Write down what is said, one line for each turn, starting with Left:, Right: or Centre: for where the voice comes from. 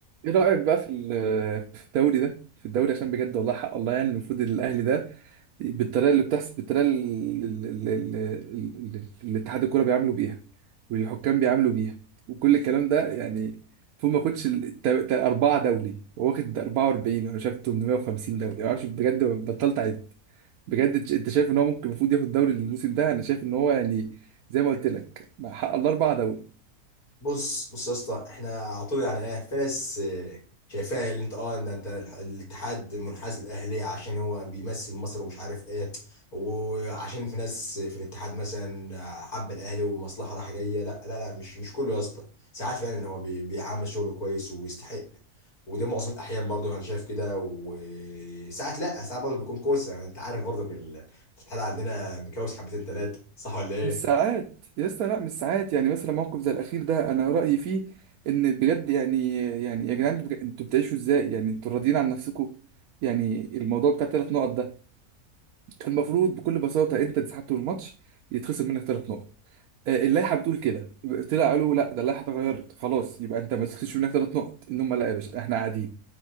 Right: ايه رأيك بقى في ال- في الدوري ده في الدوري عشان بجد والله حق الله يعني المفروض الاهلي ده بالطريقه اللي بتحصل بالطريقه اللي, اللي, اللي, اللي اتحاد الكوره بيعاملوا بيها والحكام بيعاملوا بيها وكل الكلام ده يعني المفروض ما ياخدش ال- الت- الت- اربعه دوري هو واخد 44 وانا شايف 850 دوري ما اعرفش بجد بطلت اعد بجد انت أنت شايف ان هو ممكن المفروض ياخد دوري الموسم ده انا شايف ان هو يعني زي ما قلت لك مع حق الله اربعه دوري
Left: بص بص يا اسطى احنا على طول يعني ايه في ناس اه، شايفاها اللي انت اه ان انت الاتحاد منحاز للاهلي عشان هو بيمثل مصر ومش عارف ايه وعشان في ناس في الاتحاد مثلا حب الاهلي ومصلحه رايحه جايه لا لا لا مش مش كله يا اسطى ساعات فعلا هو بي- بيعامل شغله كويس ويستحق وده معظم الاحيان برضه انا شايف كده وساعات لا ساعات برضه بيكون كويس يعني انت عارف برضه ال- الاتحاد عندنا مكوس حبتين ثلاثه صح ولا ايه؟
Right: مش ساعات يا اسطى لا مش ساعات يعني مثلا موقف زي الاخير ده انا رايي فيه ان بجد يعني يعني يا جدعان بج- انتوا بتعيشوا ازاي يعني انتوا راضيين عن نفسكم يعني الموضوع بتاع ثلاث نقط ده كان المفروض بكل بساطه انت انسحبت من الماتش يتخصم منك ثلاث نقط آه، اللائحه بتقول كده طلع قالوا لا ده اللائحه اتغيرت خلاص يبقى انت ما تخسرش منك ثلاث نقط ان هم لا يا باشا احنا قاعدين